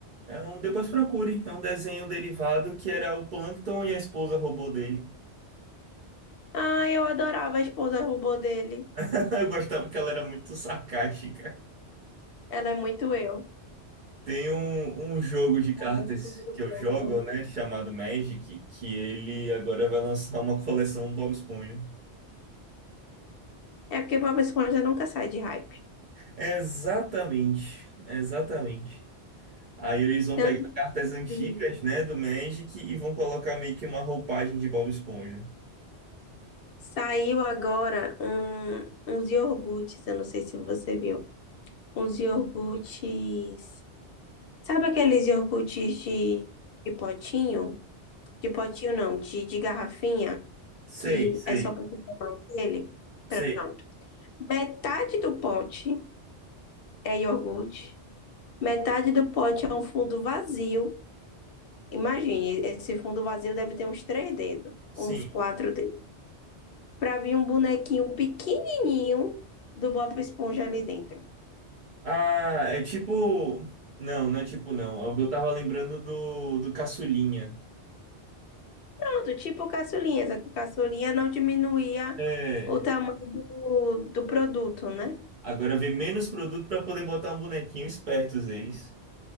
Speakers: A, on the right; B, on the left.
A: É um... Depois procure, é um desenho derivado que era o Plâncton e a esposa robô dele.
B: Ah, eu adorava a esposa robô dele.
A: <laughs> Eu gostava que ela era muito sarcástica.
B: Ela é muito eu.
A: Tem um, um jogo de cartas
B: A esposa do
A: que
B: Plankton.
A: eu jogo, né, chamado Magic, que ele agora vai lançar uma coleção do Bob Esponja.
B: É porque Bob Esponja nunca sai de hype.
A: Exatamente, exatamente. Aí eles vão
B: Tanto
A: pegar cartas antigas,
B: que
A: né, do Magic e vão colocar meio que uma roupagem de Bob Esponja.
B: saiu agora um, uns iogurtes, eu não sei se você viu. uns iogurtes. Sabe aqueles iogurtes de, de potinho? De potinho não, de, de garrafinha,
A: Sei,
B: que
A: sei,
B: é só pra você tomar ele Pronto.
A: sei,
B: Metade do pote é iogurte, metade do pote é um fundo vazio. Imagine, esse fundo vazio deve ter uns três dedos,
A: sim.
B: ou uns quatro dedos, pra vir um bonequinho pequenininho do Bob Esponja ali dentro.
A: Ah, é tipo. Não, não é tipo não. É Eu tava lembrando do, do Caçulinha.
B: Pronto, tipo caçulinha, só que o caçulinha não diminuía
A: É.
B: o tamanho do, do produto, né?
A: Agora vem menos produto para poder botar um bonequinho espertos eles.